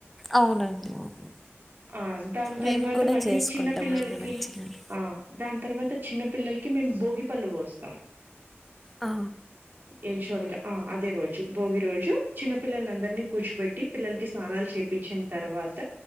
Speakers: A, in the centre; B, on the right (about 50°).
A: అవునండి అవును
B: ఆ దాని తర్వాత
A: మేము కూడా
B: మళ్ళీ
A: చేసుకుంటాం
B: చిన్న పిల్లలకి
A: అండి మంచిగానే
B: ఆ దాని తర్వాత చిన్న పిల్లలకి మేము భోగి పళ్ళు పోస్తాం
A: ఆ
B: యూస్వల్గా ఆ అదే రోజు భోగి రోజు చూ చిన్న పిల్లల అందరినీ కూర్చోపెట్టి పిల్లలకి స్నానాలు చేపిచ్చిన తర్వాత